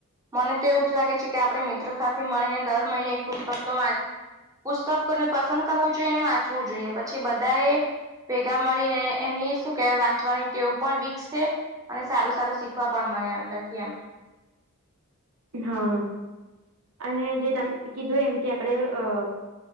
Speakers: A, on the right; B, on the right.
A: મને તો એવું જ લાગે છે કે આપડે મિત્રો સાથે મળીને દર મહિને એક પુસ્તકતો વાંચ પુસ્તકોને પસંદ કરવું જોઈએ અને વાંચવું જોઈએ પછી બધાએ ભેગા મળીને એની શું કેવાય વાંચવાની ટેવ પણ વિકસે અને સારું સારું શીખવા પણ મળે અંદરથી એમ.
B: હા અને જે તમે કીધું એમ કે આપણે અ